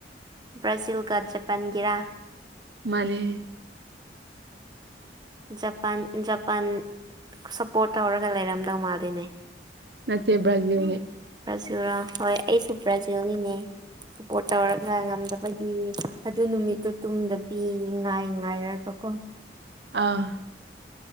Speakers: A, on the right; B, on the right.
A: ꯕ꯭ꯔꯥꯖꯤꯜꯒ ꯖꯄꯥꯟꯒꯤꯔꯥ
B: ꯃꯥꯅꯤ
A: ꯖꯄꯥꯟ ꯖꯄꯥꯟ ꯁꯞꯄꯣꯔꯠ ꯇꯧꯔꯒ ꯂꯩꯔꯝꯗꯧ ꯃꯥꯜꯂꯤꯅꯦ
B: ꯃꯠꯇꯦꯕꯅꯦ
A: ꯕ꯭ꯔꯥꯖꯤꯥ ꯍꯣꯏ ꯑꯩꯁꯨ ꯕ꯭ꯔꯥꯖꯤꯌꯒꯤꯅꯦ ꯁꯄꯣꯔꯠ ꯇꯧꯔꯒ ꯉꯝꯗꯕꯒꯤ ꯑꯗꯨ ꯅꯨꯃꯤꯠꯇꯨ ꯇꯨꯡꯗꯕꯤ ꯉꯥꯏ ꯉꯥꯏꯔꯒ ꯀꯣ
B: ꯑꯥ